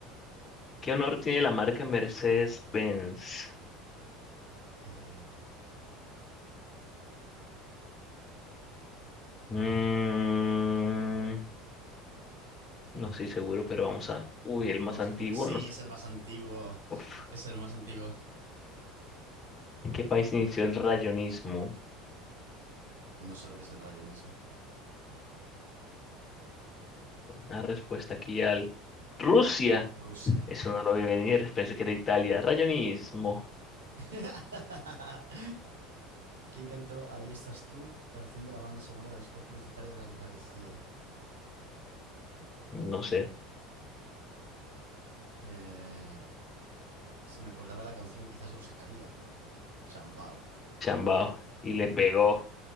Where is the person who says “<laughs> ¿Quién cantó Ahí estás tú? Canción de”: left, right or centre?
Right